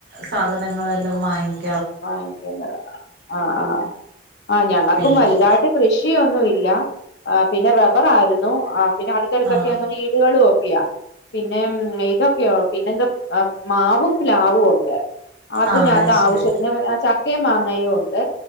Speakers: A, on the right; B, on the left.
A: സാധനങ്ങളെല്ലാം വാങ്ങിക്
B: വാങ്ങിക്കിന്നത് ആഹ് ആഹ് ആഹ് ഞങ്ങക്കും
A: പിന്നെ
B: വലുതായ്ട്ട് കൃ ഷിയൊന്നും ഇല്ല പിന്നെ റബർ ആയിരുന്നു പിന്നെ അടുത്തടുത്തൊക്കെ
A: ആഹ്
B: അങ്ങ് വീട് ടുകളും ഒക്കിയാ പിന്നെ ഇതൊക്കെയോ പിന്നെന്താ മാവും പിലാവും ഉണ്ട് അതിനത്
A: ആഹ് അത്
B: ആവശ്യത്
A: ശരി
B: പിന്നെ ചക്കയും മാങ്ങയും ഉണ്ട്